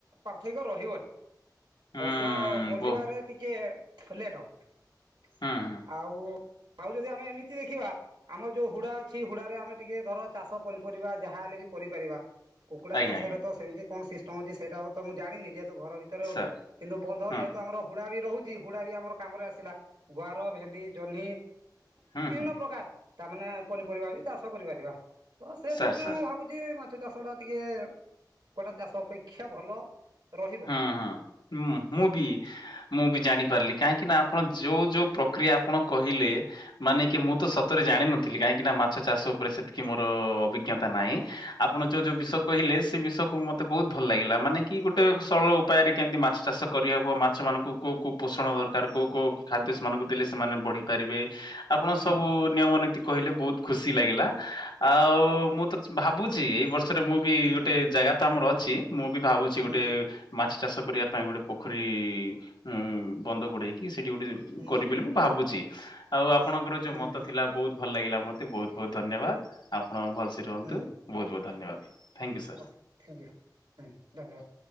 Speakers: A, on the right; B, on the left.
A: ପାର୍ଥକ୍ୟ ରହିବନି।
B: ହୁଁ
A: ଅବଶ୍ୟ ବଢିବାରେ
B: ବୋ
A: ଟିକେ ଲେଟ୍ ହବ।
B: ହଁ ହଁ
A: ଆଉ ଆଉ ଯଦି ଆମେ ଏମିତି ଦେଖିବା। ଆମର ଯୋଉ ହୁଡା ଅଛି ହୁଡାରେ ଆମେ ଟିକେ ଧର ଚାଷ ପନିପରିବା ଯାହା ହେଲେ ବି କରିପାରିବା। କୁକୁଡ଼ା
B: ଆଜ୍ଞା
A: ଚାଷରେ
B: ଆଜ୍ଞା
A: ତ ସେମିତି କଣ ସିଷ୍ଟମ୍ ଅଛି ସେଇଟା ତ ମୁ ଜାଣିନି, ଯେହେତୁ ଘର ଭି ଭିତରେ ହୋଉଛି
B: ସାର୍
A: କିନ୍ତୁ ବନ୍ଧ
B: ହଁ
A: ଯେହେତୁ ଆମର ହୁଡା ବି ରହୁଛି ହୁଡା ବି ଆମର କାମରେ ଆସିଲା ଗୁଆର, ଭେଣ୍ଡି, ଜହ୍ନି
B: ହଁ
A: ବିଭିନ୍ନ
B: ହଁ
A: ପ୍ରକାର ତାମାନେ ପନିପରିବା ବି ଚାଷ କରିପାରିବା, ତ ସେ
B: ସାର୍
A: ଦୃଷ୍ଟିରୁ
B: ସାର୍
A: ମୁଁ ଭାବୁଛି ଯେ ମାଛ ଚାଷ ଟା ଟିକେ କୁକୁଡା ଚାଷ ଅପେକ୍ଷା ଭଲ ରହିବ୍
B: ହଁ -ହଁ- ହୁଁ- ମୁଁ ବି। ମୁଁ ବି ଜାଣିପାରିଲି କାହିଁକି ନା ଆପଣ ଯୋଉ ଯୋଉ ପ୍ରକ୍ରିୟା ଆପଣ କହିଲେ ମାନେ କି ମୁଁ
A: ହୁଁ
B: ତ ସତରେ ଜାଣିନଥିଲି କାହିଁକି ନା ମାଛ ଚାଷ ଉପରେ ସେତିକି ମୋର ଅଭିଜ୍ଞତା ନାହିଁ। ଆପଣ ଯୋଉ
A: ହୁଁ
B: ଯୋଉ ବିଷୟ କହିଲେ ସେ ବିଷୟକୁ ମତେ ବହୁତ୍ ଭଲ୍ ଲାଗିଲା ମାନେ କି ଗୋଟ୍ ଗୋଟେ ସରଳ ଉପାୟରେ କେମିତି ମାଛ ଚାଷ କରିହେବ ମାଛମାନଙ୍କୁ କୋଉଁ କୋଉଁ ପୋଷଣ ଦରକାର କୋଉଁ କୋଉଁ ଖାଦ୍ୟ ସେମାନଙ୍କୁ ଦେଲେ ସେମାନେ ବଢି ପାରିବେ ଆପଣ
A: ହୁଁ
B: ସବୁ ନିୟମ ନୀତି କହିଲେ ବହୁତ୍ ଖୁସି ଲାଗିଲା, ଆଉ ମୁଁ ତ ଭାବୁଛି ଏଇ ବର୍ଷରେ ମୁଁ ବି
A: ହୁଁ
B: ଗୋଟେ ଜାଗା ତ ଆମର ଅଛି, ମୁଁ ବି ଭାବୁଛି
A: ହୁଁ
B: ଗୋଟେ ମାଛ ଚାଷ କରିବା ପାଇଁ ଗୋଟେ ପୋଖରୀ ଉଁ ବନ୍ଦ ଗୋଡ଼େଇକି ସେଇଠି ଗୋଟେ
A: ହୁଁ
B: କରିବି ବୋଲି ମୁଁ ଭାବୁଛି, ଆଉ ଆପଣଙ୍କର
A: ହୁଁ
B: ଯୋଉ ମତ ଥିଲା ବହୁତ୍ ଭଲ ଲାଗିଲା ମୋତେ ବୋହୁତ୍ ବୋହୁତ୍ ଧନ୍ୟବାଦ, ଆପଣ ଭଲ୍ ସେ ରୁହନ୍ତୁ
A: ହୁଁ।
B: ବୋହୁତ୍ ବୋହୁତ୍ ଧନ୍ୟବାଦ। Thank you sir.
A: Okay thank you <unintelligible> ଧନ୍ୟବାଦ।